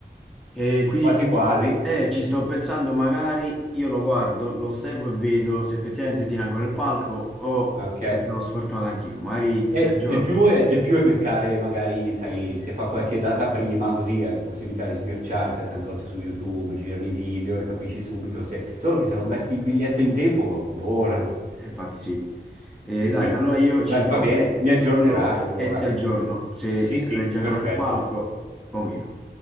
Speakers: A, in the centre; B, on the right.
A: E quindi
B: quasi quasi.
A: eh, ci sto pensando, magari io lo guardo, lo osservo e vedo se effettivamente tira ancora il palco o
B: Ok.
A: se sarò sfortunato anch'io. Magari
B: E
A: ti aggiorno.
B: il più è, il più è beccare, magari, sai, se fa qualche data prima, così hai possibilità di sbirciare, sai, tanto c'è su YouTube, girano i video e capisci subito se... Solo che se non becchi il biglietto in tempo, volano.
A: Eh, Infatti sì. Eh,
B: Sì,
A: dai,
B: sì.
A: allora io
B: Beh,
A: ci provo.
B: va bene, mi aggiornerai
A: Ci provo
B: allora.
A: e ti aggiorno se
B: Sì, sì,
A: regge
B: perfetto.
A: ancora il palco o meno.